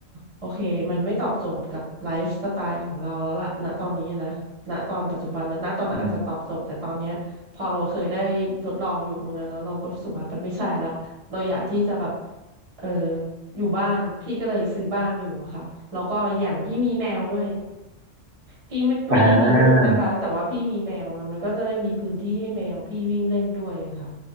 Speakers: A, on the right; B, on the right.
A: โอเคมันไม่ตอบโจทย์กับไลฟ์สไตล์ของเราแล้วล่ะณตอนนี้นะณตอนปัจจุบันนะณตอนนั้นอาจจะตอบโจทย์แต่ตอนเนี้ยพอเราเคยได้ทดลองอยู่ตรงนั้นแล้วเราก็รู้สึกว่ามันไม่ใช่ละเราอยากที่จะแบบ
B: อม
A: เอออยู่บ้านพี่ก็เลยซื้อบ้านอยู่อะค่ะแล้วก็อย่างพี่มีแมวด้วยพี่ไม่ไม่ได้มีลูกนะคะแต่ว่าพี่มีแมวอะมันก็จะได้มีพื้นที่ให้แมวพี่วิ่งเล่นด้วยอะค่ะ
B: อ่า